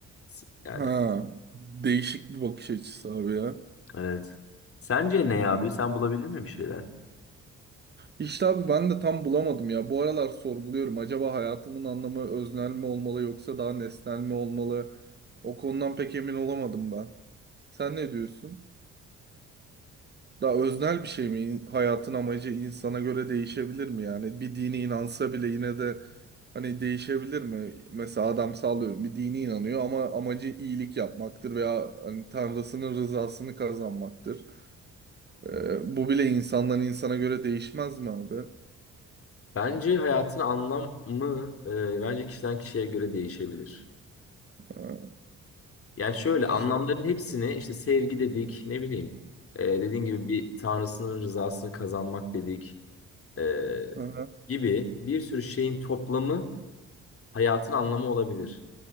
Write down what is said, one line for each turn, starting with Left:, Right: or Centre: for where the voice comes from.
Left: S- Yani
Right: Ha. Değişik bir bakış açısı abi ya.
Left: evet. Sence ne abi? Sen bulabildin mi bir şeyler?
Right: İşte abi ben de tam bulamadım ya. Bu aralar sorguluyorum. Acaba hayatımın anlamı öznel mi olmalı yoksa daha nesnel mi olmalı? O konudan pek emin olamadım ben. Sen ne diyorsun? Daha öznel bir şey mi? İn- Hayatın amacı insana göre değişebilir mi yani? Bir dini inansa bile yine de hani değişebilir mi? Mesela adam sallıyorum bir dini inanıyor ama amacı iyilik yapmaktır veya hani Tanrısının rızasını kazanmaktır. Ee, bu bile insandan insana göre değişmez mi abi?
Left: Bence hayatın anlamı e, bence kişiden kişiye göre değişebilir.
Right: Ee,
Left: Yani şöyle
Right: kişiler.
Left: anlamların hepsini işte sevgi dedik ne bileyim e, dediğin gibi bir tanrısının rızasını kazanmak dedik e,
Right: Aha,
Left: gibi bir sürü şeyin toplamı hayatın anlamı olabilir.